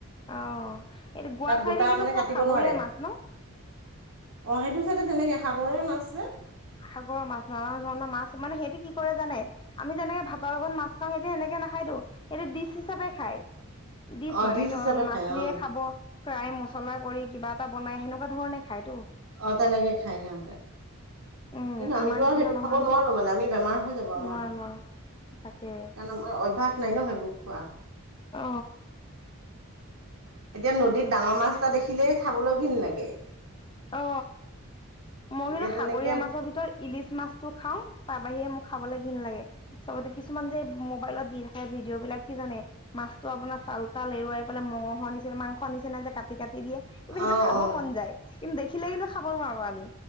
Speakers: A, on the left (about 20°); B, on the right (about 80°).
A: অ, এইটো গোৱা
B: তাত
A: চাইতে
B: গোটা
A: কিন্তু
B: মানে
A: চব
B: কাটিব
A: সাগৰীয়া
B: নোৱাৰে।
A: মাছ ন?
B: অ, সেইটো চাইডে তেনেকৈ সাগৰৰে মাছ যে।
A: সাগৰৰ মাছ নানা ধৰণৰ মাছ, মানে সেইটো কি কৰে জানে? আমি যেনেকে ভাতৰ লগত মাছ খাও হেতে এনেকে নাখাইতো সেইটো ডিচ হিচাপে খায়। দিছ
B: অ
A: মানে
B: ডিচ
A: ধৰ
B: হিচাপে
A: মাছলিয়ে
B: খাই অ
A: খাব। ফ্ৰাই মছলা কৰি কিবা এটা বনাই সেনেকুৱা ধৰণে খায়তো।
B: অ, তেনেকে খাই সিহঁতে।
A: উম
B: কিন্তু আমিতো
A: আমাৰ নিচিনা
B: আৰু সেইটো
A: নহয়
B: খাব
A: নহয়
B: নোৱাৰো মানে আমি বেমাৰ হৈ যাব আমাৰ।
A: নোৱাৰো নোৱাৰো তাকে
B: আমাৰ অভ্যাস নাই ন সেইবোৰ খোৱা।
A: অ',
B: এতিয়া নদীত ডাঙৰ মাছ এটা দেখিলেই খাবলৈ ঘিণ লাগে।
A: অ, মই
B: এতিয়া
A: কিন্তু
B: তেনেকে
A: সাগৰীয়া মাছ ভিতৰত ইলিচ মাছটো খাও, তাৰ বাহিৰে মোক খাবলৈ ঘিণ লাগে। চবতে কিছুমান যে মোবাইলত দি থাকে ভিডিঅ' বিলাক কি জানে? মাছটো আপোনাৰ চাল-তাল এৰুৱাই পেলাই মঙহৰ নিচিনা মাংস নিচিনা যে কাটি-কাটি দিয়ে।
B: অ',
A: কিন্তু সেইটো খাব
B: অ',
A: মন যায়, কিন্তু দেখিলে কিন্তু খাব নোৱাৰো আমি।